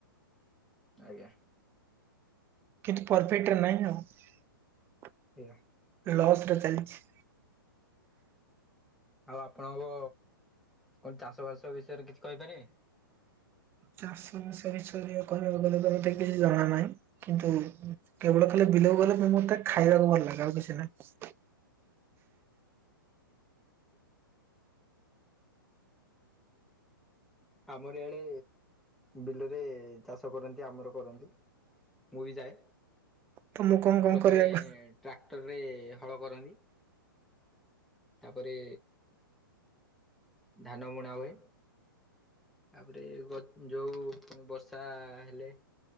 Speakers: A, in the centre; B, on the right.
A: ଆଜ୍ଞା।
B: କିନ୍ତୁ ପରଫିଟ୍‌ରେ ନାହିଁ ଆଉ।
A: ଇହା।
B: ଲସ ରେ ଚାଲିଛି।
A: ଆଉ ଆପଣକୁ କଣ ଚାଷ ବାସ ବିଷୟରେ କିଛି କହିପାରିବେ?
B: ଚାଷ ବାସ ବିସରେ କହିବାକୁ ଗଲେ ତ ମତେ କିଛି ଜଣା ନାହିଁ। କିନ୍ତୁ କେବଳ ଖାଲି ବିଲକୁ ଗଲେ ମତେ ଖାଇବାକୁ ଭଲ ଲାଗେ ଆଉ କିଛି ନାହିଁ।
A: ଆମରି ଆଡେ ବିଲରେ ଚାଷ କରନ୍ତି ଆମର କରନ୍ତି। ମୁଁ ବି ଯାଏ,
B: ତ ମୁଁ କଣ କଣ
A: ପ୍ରଥମେ
B: କରିବାକୁ
A: ଟ୍ରାକ୍ଟର ରେ ହଳ କରନ୍ତି। ତାପରେ ଧାନ ବୁଣା ହୁଏ। ତାପରେ ଗ୍ ଯୋଉ ବର୍ଷା ହେଲେ